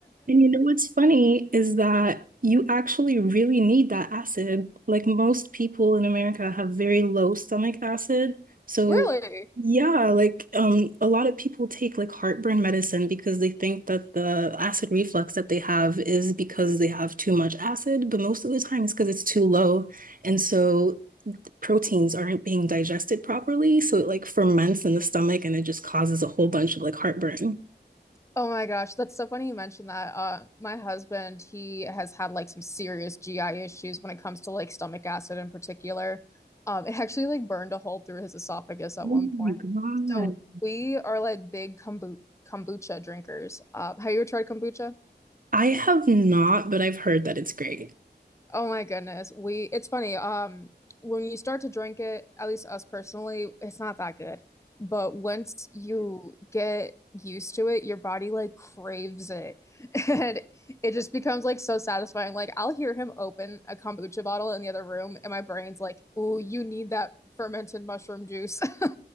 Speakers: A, on the right; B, on the left.
A: you know what's funny is that you actually really need that acid. Like most people in America have very low stomach acid. So
B: <laughs> really.
A: yeah, like um a lot of people take like heartburn medicine because they think that the acid reflux that they have is because they have too much acid, but most of the time it's because it's too low. And so proteins aren't being digested properly. So it like ferments in the stomach and it just causes a whole bunch of like heartburn.
B: Oh my gosh, that's so funny you mentioned that. Uh, my husband, he has had like some serious GI issues when it comes to like stomach acid in particular. Um, it actually like burned a hole through his esophagus at
A: Oh
B: one point.
A: my God.
B: So we are like big kombu kombucha drinkers. Uh, have you ever tried kombucha?
A: I have not, but I've heard that it's great.
B: Oh my goodness. We it's funny. Um when you start to drink it, at least us personally, it's not that good. But once you get used to it, your body like craves it. <laughs> And it just becomes like so satisfying. Like I'll hear him open a kombucha bottle in the other room and my brain's like, "Ooh, you need that fermented mushroom juice." <laughs>